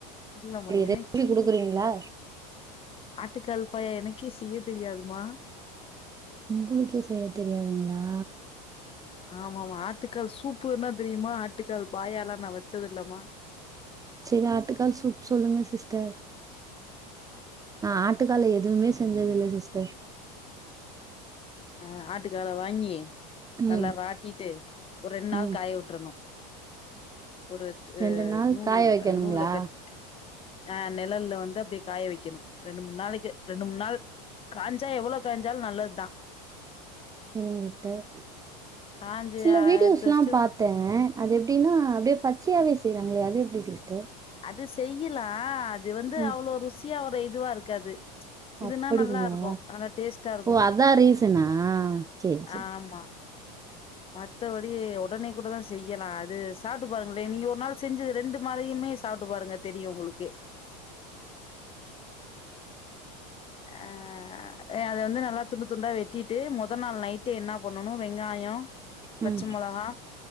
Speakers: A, on the left; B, on the right.
A: இல்லமா எனக்கே
B: ரெசிபி குடுக்குறீங்களா
A: ஆட்டுக்கால் பாயா எனக்கே செய்ய தெரியாதுமா
B: உங்களுக்கே செய்ய தெரியாதுங்களா
A: ஆமா ஆமா ஆட்டுக்கால் சூப்புனா தெரியுமா ஆட்டுக்கால் பாயாலா நா வெச்சது இல்லமா
B: சேரி ஆட்டுக்கால் சூப்பு சொல்லுங்க சிஸ்டர் நா ஆட்டுக்கால்ல எதுவுமே செஞ்சது இல்ல சிஸ்டர்
A: ஆ ஆட்டுக்கால வாங்கி நல்லா
B: ம்
A: வாட்டிட்டு ஒரு ரெண் நாள்
B: ம்
A: காய விட்றணு ஒரு அ
B: ரெண்டு நாள்
A: நூல்
B: காய வைக்கணுங்களா
A: நூல்ல கட் ஆ நிழல்ல வந்து அப்டி காய வைக்கணு ரெண்டு மூண் நாளைக்கு ரெண்டு மூண் நாள் காயஞ்சா எவ்வளோ காயஞ்சாலு நல்லது தா
B: சேரிங்க சிஸ்டர்
A: காஞ்சி
B: சில வீடியோஸ்லா
A: எடுத்து வச்சுட்டு
B: பாத்தே அது எப்டின்னா அப்டியே பச்சையாவே செய்றாங்களே அது எப்டி சிஸ்டர்
A: அது செய்யுலா அது வந்து
B: ஆ
A: அவ்ளோ ருசியா ஒரு இதுவா இருக்காது இதுன்னா
B: அப்படிங்களா
A: நல்லா இருக்கு நல்ல டேஸ்டா இருக்கு
B: ஓ அதா ரீசனா சேரி சேரி
A: ஆமா மத்தபடி ஒடனே கூட தா செய்யலா அது சாப்ட்டு பாருங்களே நீங்க ஒரு நாள் செஞ்சது ரெண்டு மாரியு மே சாப்ட்டு பாருங்க தெரியு உங்களுக்கு ஆ அ அத வந்து நல்லா துண்டு துண்டா வெட்டிட்டு மொதல் நாள் நைட்டே என்னா பண்ணணு வெங்காயோ
B: ம்,
A: பச்ச மொளகா